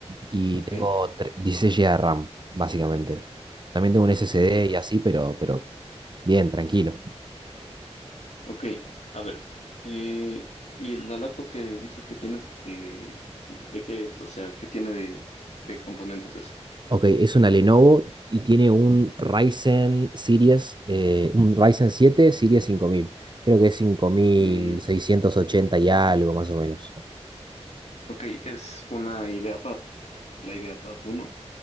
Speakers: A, on the right; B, on the left.
A: y
B: Ok,
A: tengo tre- 16 GB de RAM, básicamente. También tengo un SSD
B: ya.
A: y así, pero, pero bien, tranquilo.
B: Ok, a ver, eh, y la laptop que dices que tienes, que, ¿de qué es? O sea, ¿qué tiene de, de componentes eso?
A: Ok, es una Lenovo y tiene un Ryzen Series, eh, un Ryzen 7 Series cinco mil, Creo que es cinco mil
B: Mm,
A: seiscientos ochenta y algo más o menos.
B: ok, es una IdeaPad, la IdeaPad uno